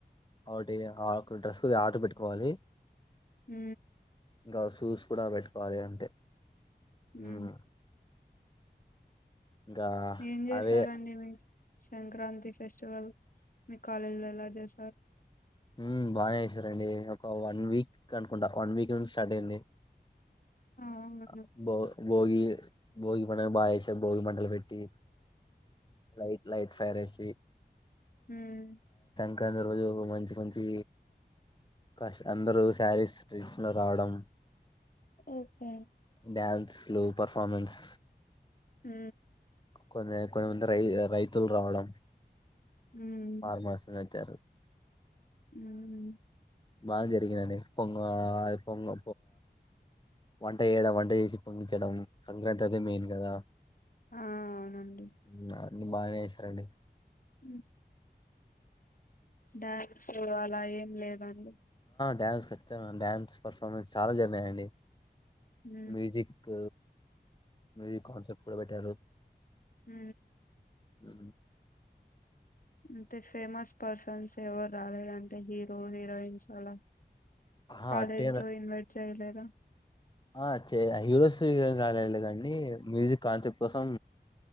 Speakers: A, on the left (about 25°); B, on the left (about 55°).
A: ఒకటి ఆ ఒక డ్రస్ ది ఆర్డర్ పెట్టుకోవాలి
B: ఉ
A: ఇంకా షూస్ కూడా పెట్టుకోవాలి అంతే
B: ఉ
A: ఉమ్, ఇంకా
B: ఏం చేసారండి
A: అవే
B: మీరు సంక్రాంతి ఫెస్టివల్ మీ కాలేజీలో ఎలా చేశారు
A: ఉమ్ బాగానే చేసారండి ఒక వన్ వీక్ అనుకుంటా వన్ వీక్ నుంచి స్టార్ట్ అయ్యింది
B: ఆ అవును
A: అ బో భోగి భోగి పండగ బాగ చె భోగి మంటలు పెట్టి light light fire AC T
B: హ <inaudible>
A: ఇ రోజు ఒక మంచి కొంచి కష్ట అందరుూ శారీస్ లో రావడం
B: ఓకే
A: డ్యాన్స్ స్లో పర్ఫార్మెన్స్
B: హ
A: కొ కొమ రై రై తులు రావడం
B: మ్మ్
A: ఫార్మాస్ రారు <inaudible>
B: మ్మ్
A: బాగా జరిగందండి పొంగ పొంగొ వంట చేయడం, వంట చేసి పొంగించడం సంక్రాంతి అదే మేయిన్ కదా.
B: ఆ అవునండి
A: <unintelligible> ని బానే చేసరండి
B: అమ్ డ్యాన్సు అలా ఏం లేదం
A: డ్యాన్స్ ఖచ్చతంగా డ్యాన్స్ పర్ఫార్మెన్స్ చాలా జరినాయండి.
B: మ్మ్
A: మ్యూజక్ క మీ కన్సెప్ కూడ బఠా
B: హ
A: అ
B: అంటే ఫేమస్ పర్సన్స్ ఎవరు రాలేద, అంటే హీరో హీరోయిన్స్ అలా
A: ఆ
B: కాలేజ్
A: అట్టేనా
B: లో యూనివర్సిటీ చైలేద
A: ఆ హీరోస్ గాల గండి మ్యూజిక్ కాంతిప్ కోసం